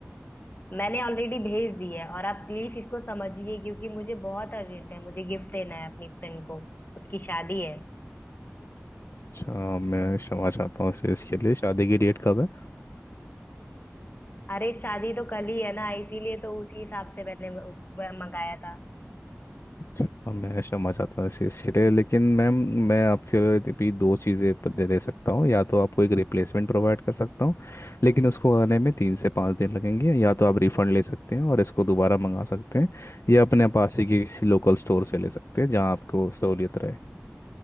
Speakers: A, on the left; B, on the left.
A: मैंने ऑलरेडी भेज दी है और आप प्लीज इसको समझिए क्योंकि मुझे बहुत अर्जेंट है मुझे गिफ्ट देना है अपनी फ्रेंड को उसकी शादी है
B: अच्छा मैं क्षमा चाहता हूँ इसे इसके लिए शादी की डेट कब है
A: अरे शादी तो कल ही है ना इसीलिए तो उसी हिसाब से मैंने वो- वो मंगाया था
B: अच्छा अब मैं क्षमा चाहता हूँ इसे इसके लिए लेकिन मैम मैं आपके लिए भी दो चीज़ें प- दे दे सकता हूँ या तो आपको एक रिप्लेसमेंट प्रोवाइड कर सकता हूँ लेकिन उसको आने में तीन से पाँच दिन लगेंगे या तो आप रिफ़ंड ले सकते हैं और इसको दोबारा मंगा सकते हैं या अपने पास ही किसी लोकल स्टोर से ले सकते हैं जहाँ आपको सहूलियत